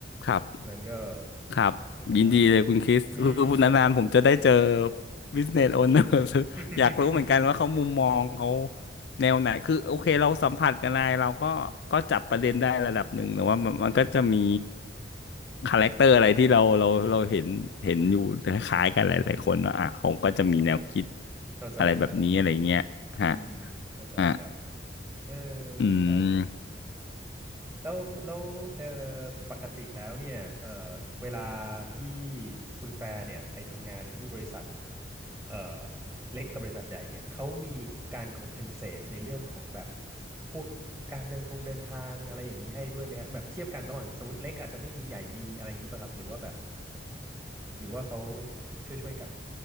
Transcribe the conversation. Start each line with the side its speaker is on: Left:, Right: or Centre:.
Left: ครับ
Right: ฉะนั้นก็
Left: ครับยินดีเลยคุณคริสคือพูดนานๆผมจะได้เจอ
Right: ไมมีปัญหาอืม
Left: business owner <laughs>
Right: <laughs>
Left: อยากรู้เหมือนกันว่าเขามุมมองเขาแนวไหนคือโอเคเราสัมผัสกันไลยเราก็ก็จับประเด็นได้ระดับหนึ่งแต่ว่ามันมันก็จะมีคาแรคเตอร์อะไรที่เราเราเราเห็นเห็นอยู่คล้ายๆกันหลายๆคนว่าอ่ะเขาก็จะมีแนวคิด
Right: เข้าใจครับ
Left: อะไรแบบนี้อะไรเงี้ยฮะ
Right: อืมเข้าใจครับ
Left: อ่ะ
Right: เออ
Left: อืม
Right: ดีครับ แล้วแล้วเอ่อปกติแล้วเนี่ยเอ่อเวลาที่คุณแฟร์เนี่ยไปทำงานที่บริษัทเอ่อเล็กกับบริษัทใหญ่เนี่ยเขามีการ compensate ในเรื่องของแบบพวกการเดินทงเดินทางอะไรอย่างนี้ให้ด้วยไหมฮะแบบเทียบกันระหว่างสมมติเล็กอาจจะไม่มีใหญ่มีอะไรอย่างนี้ป่ะครับหรือว่าแบบหรือว่าเขาช่วยช่วยกัน